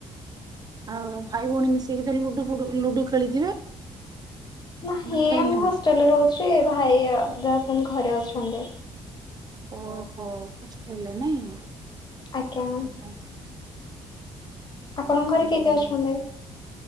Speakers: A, on the right; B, on the left.
A: ଆଉ ଭାଇ ଭଉଣୀ ମିଶି <unintelligible> ଲୁଡୁ ଫୁଡୁ ଲୁଡୁ ଖେଳିଥିବେ?
B: ନାହିଁ
A: ନା ଖେଳି
B: ଏ ମୁଁ
A: ନାହାନ୍ତି
B: ହଷ୍ଟେଲ୍ ରେ ରହୁଚୁ। ସେ ଭାଇ ଆ, ଦସନ ଘରେ ଅଛନ୍ତି।
A: ଓହୋ ହଷ୍ଟେଲ୍ ରେ ନାଇଁ।
B: ଆଜ୍ଞା।
A: ଆଚ୍ଛା ଆଚ୍ଛା
B: ଆପଣଙ୍କ ଘରେ
A: ହୁଁ।
B: କିଏ କିଏ ଅଛନ୍ତି?